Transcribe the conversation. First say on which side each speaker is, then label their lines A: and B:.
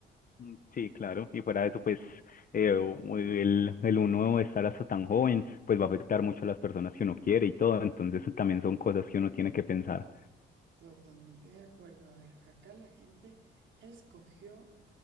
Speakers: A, on the left; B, on the right.
A: Mm, Sí, claro, y fuera de eso, pues eh, u- el, el uno estar hasta tan joven, pues va a afectar mucho a las personas que uno quiere y todo, entonces también son cosas que uno tiene que pensar.
B: Totalmente de acuerdo. A ver, acá la gente escogió,